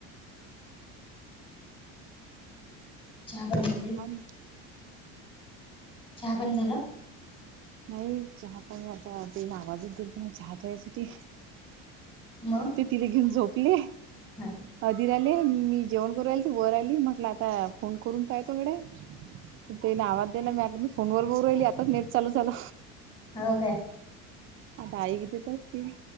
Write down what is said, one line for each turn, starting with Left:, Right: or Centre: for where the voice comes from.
Left: चहा बनला.
Right: हाव ना
Left: चहा पाणी झाला.
Right: नाही. चहा पाणी आता त्यांनी आवाजच दिलत मग चहा ठेवायसाठी
Left: मग
Right: ते तिले घेऊन झोपले.
Left: <unintelligible>
Right: अधीर आले मी जेवण करू आल ती वर आली म्हटलं आता फोन करून पाय तोकडे हाय. त्याने आवाज दीला मि आता मी फोनवर बोलू राहिली. आताच नेट चालू झाल.
Left: होय का?
Right: आता आई इथेच असतील.